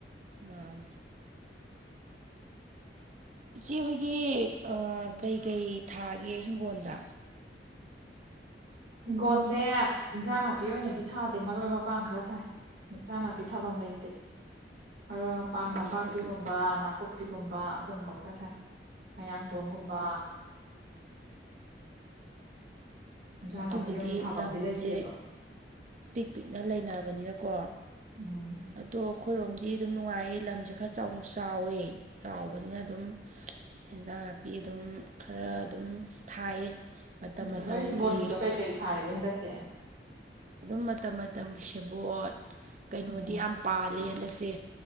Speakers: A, on the right; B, on the right.
A: ꯃꯥꯜ ꯏꯆꯦꯍꯣꯏꯒꯤ ꯀꯩꯀꯩ ꯊꯥꯒꯦ ꯍꯤꯡꯒꯣꯜꯗ
B: ꯍꯤꯡꯒꯣꯜꯁꯦ ꯏꯟꯖꯥꯡ ꯅꯥꯄꯤ ꯑꯣꯏꯅꯗꯤ ꯊꯥꯗꯦ ꯃꯔꯣꯏ ꯃꯄꯥꯡ ꯈꯔ ꯊꯥꯏ ꯏꯁꯥ ꯅꯥꯄꯤ ꯊꯐꯝ ꯂꯩꯇꯦ ꯃꯔꯨꯞ ꯃꯄꯥꯛꯥꯡ
A: ꯍꯧꯖꯤꯛ
B: ꯅꯄꯥꯛꯄꯤꯒꯨꯝꯕ ꯅꯥꯀꯨꯞꯄꯤꯒꯨꯝꯕ ꯑꯗꯨꯨꯝꯝꯕ ꯈꯔ ꯊꯥꯏ ꯃꯌꯥꯡꯇꯣꯟꯒꯨꯝꯕ ꯏꯟꯖꯥꯡ
A: ꯑꯗꯨꯕꯨꯗꯤ
B: ꯅꯥꯄꯤ ꯑꯣꯏꯅ ꯊꯥꯐꯝꯗꯤ
A: ꯂꯝꯁꯦ
B: ꯂꯩꯇꯦꯕ
A: ꯄꯤꯛ ꯄꯤꯛꯅ ꯂꯩꯅꯕꯅꯤꯅꯀꯣ
B: ꯎꯝ
A: ꯑꯗꯣ ꯑꯩꯈꯣꯏꯔꯣꯝꯗꯤ ꯑꯗꯨꯝ ꯅꯨꯡꯉꯥꯏꯌꯦ ꯂꯝꯁꯦ ꯈꯔ ꯆꯥꯎꯁꯨ ꯆꯥꯎꯋꯦ ꯆꯥꯎꯕꯅꯤꯅ ꯑꯗꯨꯝ ꯑꯦꯟꯖꯥꯡ ꯅꯥꯄꯤ ꯑꯗꯨꯝ ꯈꯔ ꯑꯗꯨꯝ ꯊꯥꯏꯌꯦ ꯃꯇꯝ
B: ꯎꯝ
A: ꯃꯇꯝꯒꯤ
B: ꯍꯣꯏ ꯍꯤꯡꯒꯣꯜꯒꯤꯗꯣ ꯀꯩ ꯀꯩ ꯊꯥꯔꯒꯦ ꯍꯟꯗꯛꯇꯤ
A: ꯑꯗꯨꯝ ꯃꯇꯝ ꯃꯇꯝꯒꯤ ꯁꯦꯕꯣꯠ ꯀꯩꯅꯣꯗꯤ
B: ꯎꯝ
A: ꯌꯥꯝ ꯄꯥꯜꯂꯦ ꯍꯟꯗꯛꯁꯦ